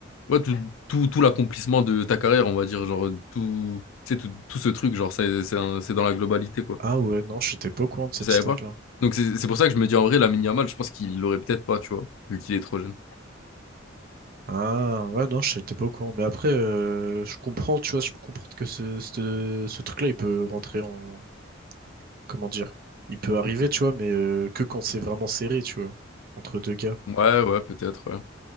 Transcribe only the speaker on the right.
Ah ouais, non, j'étais pas au courant de cette
stat-là.
Ah ouais, non, j'étais pas au courant. Mais après, euh, je comprends, tu vois, je comprends que ce, ce, ce truc-là, il peut rentrer en... Comment dire? Il peut arriver, tu vois, mais euh, que quand c'est vraiment serré, tu vois, entre deux gars.